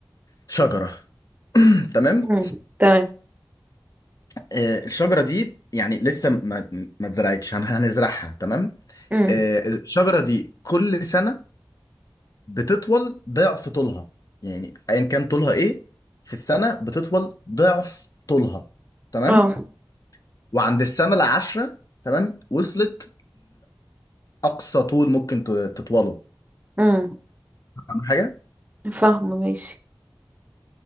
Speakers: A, on the left; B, on the right.
A: شجرة <clears throat> تمام؟
B: أمم، تمام
A: أه الشجرة دي يعني لسه ما ما اتزرعتش هن- هنزرعها تمام؟
B: أمم،
A: أه الشجرة دي كل سنة بتطول ضعف طولها يعني ايا كان طولها ايه في السنه بتطول ضعف طولها تمام
B: اه
A: وعند السنه العاشره تمام وصلت لاقصى طول ممكن ت- تطوله
B: أمم،
A: فاهم حاجه
B: فاهمة ماشي